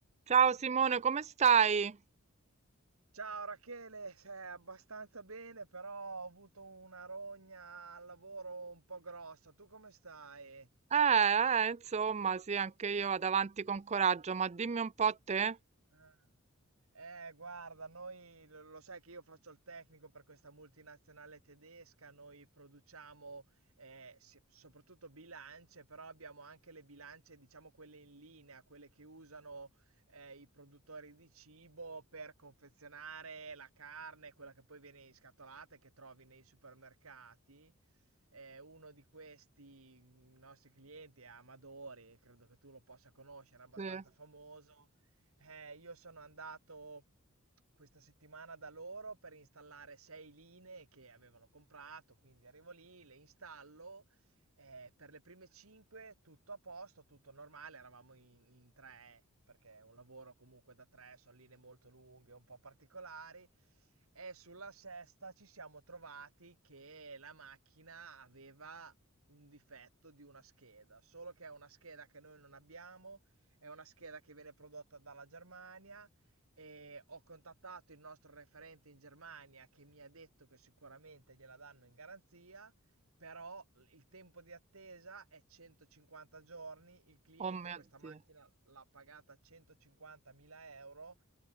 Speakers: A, on the right; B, on the right.
A: Ciao Simone, come stai?
B: Ciao Rachele, eh, abbastanza bene, però ho avuto una rogna al lavoro un po' grossa. Tu come stai?
A: Eh, eh, insomma, sì, anche io vado avanti con coraggio, ma dimmi un po' a te.
B: Eh, Eh, guarda, noi lo lo sai che io faccio il tecnico per questa multinazionale tedesca, noi produciamo eh, si- soprattutto bilance, però abbiamo anche le bilance, diciamo quelle in linea, quelle che usano eh, i produttori di cibo per confezionare la carne, quella che poi viene in scatolata e che trovi nei supermercati. Eh, uno di questi mm, nostri clienti è Amadori, credo che tu lo possa conoscere, è abbastanza
A: Sì.
B: famoso. Eh, io sono andato questa settimana da loro per installare sei linee che avevano comprato, quindi arrivo lì, le installo. eh, per le prime cinque tutto a posto, tutto normale, eravamo in, in tre, perché è un lavoro comunque da tre, sono linee molto lunghe, un po' particolari. E sulla sesta ci siamo trovati che la macchina aveva un difetto di una scheda, solo che è una scheda che noi non abbiamo è una scheda che viene prodotta dalla Germania e ho contattato il nostro referente in Germania che mi ha detto che sicuramente gliela danno in garanzia, però il tempo di attesa è 150 giorni, il cliente
A: Oh mio
B: questa macchina
A: Dio.
B: l'ha pagata 150.000 euro